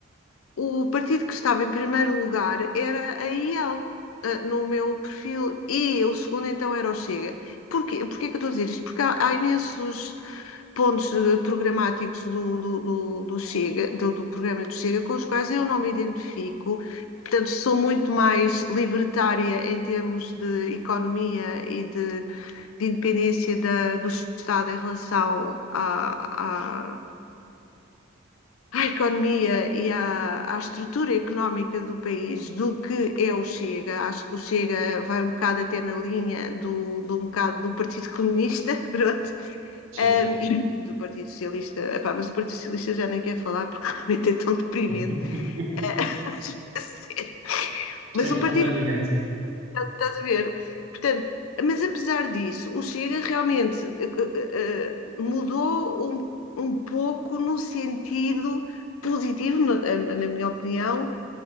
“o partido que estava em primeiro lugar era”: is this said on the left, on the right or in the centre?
Left